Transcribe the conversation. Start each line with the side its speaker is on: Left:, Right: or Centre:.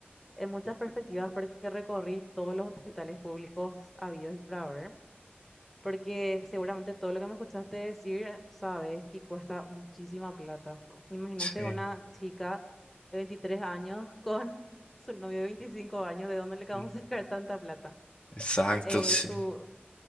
Centre: en muchas perspectivas porque recorrí todos los hospitales públicos habidos y por haber, porque seguramente todo lo que me escuchaste decir, sabes que cuesta muchísima plata. Imagínate
Left: Sí.
Centre: una chica de 23 años con <laughs> su novio de 25 años, ¿de dónde le acabamos
Left: Mm,
Centre: de sacar tanta plata?
Left: Exacto,
Centre: eh,
Left: sí.
Centre: su